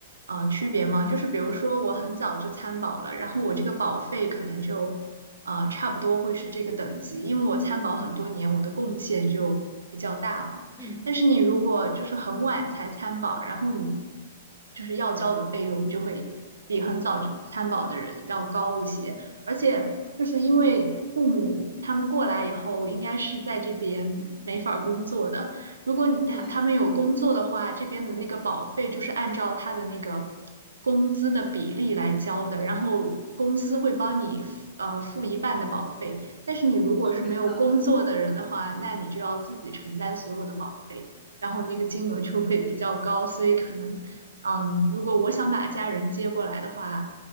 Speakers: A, on the right; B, in the centre.
A: 呃区别嘛，
B: 嗯。
A: 就是比如说我很早就参保了，然后我这个保费可能就呃差不多会是这个等级，因为我参保很多年，我的贡献就比较大嘛。
B: 嗯嗯，
A: 但是你如果就是很晚才参保，然后你就是要交的费用就会比很早就参保的人要高一些，而且就是因为父母他们过来以后，应该是在这边没法儿工作的。如果你他他们有工作的话，
B: 对，
A: 这边的那个保费就是按照他的那个工资的比例来交的，然后公司会帮你付呃付一半的保费。但是你如果是没有工作的人的话，
B: 嗯
A: 那你就要自己承担所有的保费，然后那个金额就会比较高，所以可能，嗯，如果我想把家人接过来的话，